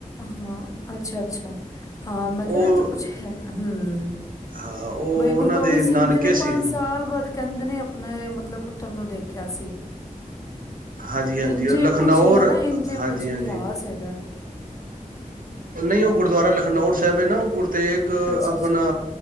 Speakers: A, on the left (about 25°); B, on the right (about 75°).
A: ਹਾਂ ਅੱਛਾ-ਅੱਛਾ ਹਾਂ ਮੈਂ
B: ਉਹ
A: ਕਿਹਾ ਨਾ ਇੱਥੇ ਕੁਛ ਹੈ ਹੂੰ
B: ਹਾਂ ਉਹ
A: ਬਈ ਗੁਰੂ
B: ਉਹਨਾਂ
A: ਗੋਬਿੰਦ
B: ਦੇ
A: ਸਿੰਘ
B: ਨਾਨਕੇ
A: ਜੀ ਨੇ
B: ਸੀ
A: ਪੰਜ ਸਾਲ ਬਾਅਦ ਕਹਿੰਦੇ ਨੇ ਆਪਣੇ ਮਤਲਬ ਪੁੱਤਰ ਨੂੰ ਦੇਖਿਆ ਸੀ।
B: ਹਾਂਜੀ ਹਾਂਜੀ
A: ਇੰਝੇ
B: ਉਹ ਲਖਨੌਰ
A: ਕੁਛ ਹੀ ਹੈਨਾ ਇੰਝੇ
B: ਹਾਂਜੀ
A: ਕੁਛ ਇਤਿਹਾਸ
B: ਹਾਂਜੀ
A: ਹੈਗਾ
B: ਨਹੀਂ ਉਹ ਗੁਰਦੁਆਰਾ ਲਖਨੌਰ ਸਾਹਿਬ ਇਹ ਨਾ ਉਹ ਤੇ ਇੱਕ
A: ਅੱਛਾ-ਅੱਛਾ
B: ਆਪਣਾ